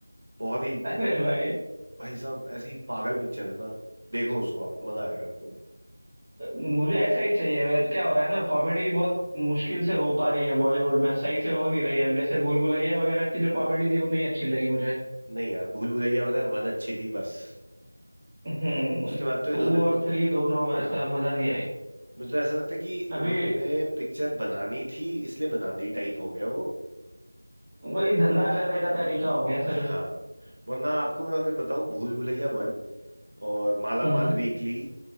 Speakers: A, on the right; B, on the right.
A: बहुत ही
B: अरे भाई
A: भाई साहब ऐसी ही पागल पिक्चर है ना देखो उसको आप मजा आएगा आपको न-
B: मुझे ऐसा ही चाहिए भाई अब क्या हो रहा है ना कॉमेडी बहुत मुश्किल से हो पा रही है बॉलीवुड में सही से हो नहीं रही है अब जैसे भूल भुलैया वगैरह की जो कॉमेडी थी वो नहीं अच्छी लगी मुझे
A: नहीं यार भूल भुलैया बताए वन अच्छी थी बस
B: हम्म
A: उसके बाद तो
B: टू
A: इन्होंने मु-
B: और थ्री दोनों ऐसा
A: हाँ
B: मजा नहीं आई
A: मुझे ऐसा लगता है कि
B: अभी
A: इन्होंने पिक्चर बनानी थी इसलिए बना दी टाइप हो गया वो
B: वही धंधा करने का तरीका हो गया सिर्फ
A: हाँ वरना आपको मैं अगर बताऊं भूल भुलैया वन और माला
B: हम्म
A: माल वीकली